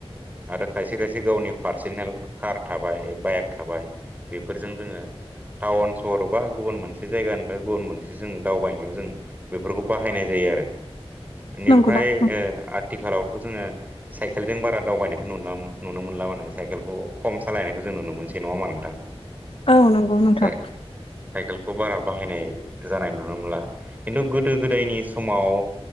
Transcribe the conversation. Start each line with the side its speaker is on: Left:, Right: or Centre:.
Right: आरो खायसे खायसे गावनि पार्सेनेल कार थाबाय बाइक थाबाय बेफोरजों जोङो टाउन सहर बा गुबुन मोनसे जायगानिफ्राय गुबुन मोनसे जों दावबायनायाव जों बेफोरखौ बाहायनाय जायो आरो बेनिफ्राय
Left: नंगौ दा औ
Right: ओ आ। आथिखालावथ' जोङो साइकेलजों बारा दावबायनायखौ नुन नुनो मोनला माने साइकेलखौ खम सालायनायखौ जों नुनो मोनसै नङा होनबा नोंथां।
Left: औ नंगौ नोंथां
Right: साइ साइकेलखौ बारा बाहायनाय। जानाय नुनो मोनला खिन्थु गोदो गोदायनि समाव।